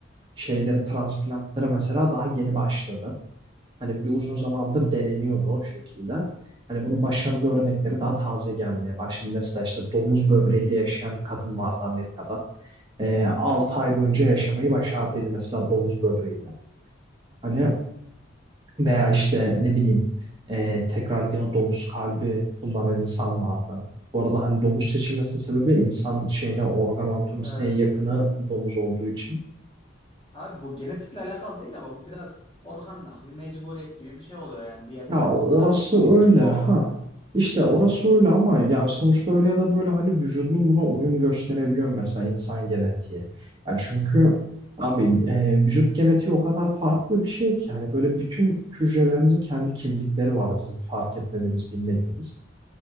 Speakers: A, on the right; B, on the left.
A: şeyleri transplantları mesela daha yeni başladı. Hani bir uzun zamandır deneniyordu o şekilde. Hani bunun başarılı örnekleri daha taze gelmeye başladı. Mesela işte domuz böbreğiyle yaşayan bir kadın vardı Amerika'da. Ee, 6 ay boyunca yaşamayı başardıydı mesela domuz böbreğiyle. Hani veya işte ne bileyim e, tekrar yine domuz kalbi kullanan insan vardı. Bu arada hani domuz seçilmesinin sebebi insan şeyine organ anatomisine
B: Evet.
A: en yakını domuz olduğu için.
B: Abi bu genetikle alakalı değil ama bu biraz organ nakli mecburiyet gibi bir şey oluyor yani bir yerde
A: Ya
B: hani kullanabilir
A: orası
B: miyiz
A: öyle
B: gibi oluyor.
A: ha. İşte orası öyle ama ya sonuçta öyle ya da böyle hani vücudun buna uyum gösterebiliyor mesela insan genetiği. Ya çünkü abi e, vücut genetiği o kadar farklı bir şey ki hani böyle bütün hücrelerimizin kendi kimlikleri var bizim fark etmediğimiz, bilmediğimiz.